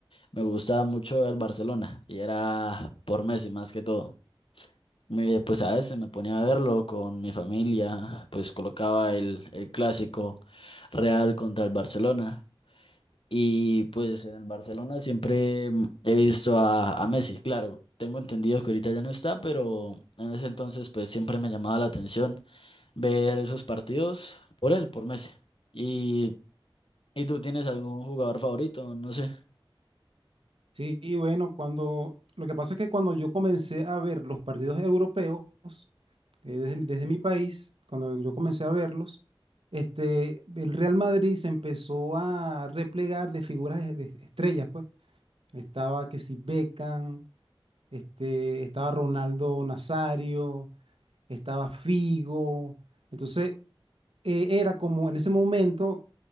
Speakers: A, on the left; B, on the right.
A: me gustaba mucho el Barcelona y era por Messi más que todo. Me- pues a veces me ponía a verlo con mi familia, pues colocaba el, el clásico Real contra el Barcelona. Y pues en el Barcelona siempre mm, he visto a, a Messi, claro, tengo entendido que ahorita ya no está, pero en ese entonces pues siempre me llamaba la atención ver esos partidos por él, por Messi. ¿Y, y tú tienes algún jugador favorito? No sé.
B: Sí, y bueno, cuando lo que pasa es que cuando yo comencé a ver los partidos europeos eh, desde, desde mi país, cuando yo comencé a verlos, este, el Real Madrid se empezó a replegar de figuras de, de estrellas, pues. Estaba que si Beckham, este, estaba Ronaldo Nazario, estaba Figo. Entonces, eh, era como en ese momento